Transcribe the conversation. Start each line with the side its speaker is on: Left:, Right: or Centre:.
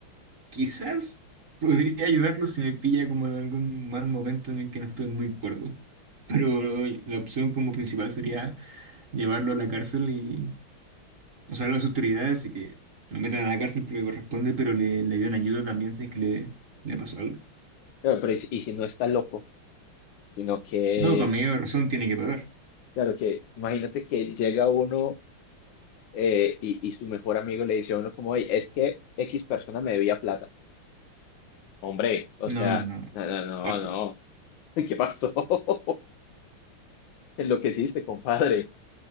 Right: quizás podría ayudarlo si me pilla como en algún mal momento en el que no estoy muy de acuerdo. Pero la opción como principal sería llevarlo a la cárcel y, o sea, a las autoridades y que lo metan a la cárcel porque corresponde, pero le, le den ayuda también si es que le, le pasó algo.
Left: claro, pero y, si y si no está loco, sino que,
Right: No, con medio de razón tiene que pagar.
Left: claro, que imagínate que llega uno eh, y, y su mejor amigo le dice a uno como, "Ey, es que X persona me debía plata. Hombre, o
Right: No,
Left: sea,
Right: no,
Left: no, no, no,
Right: cárcel.
Left: no. <laughs> ¿Qué pasó? <laughs> Te Enloqueciste, compadre.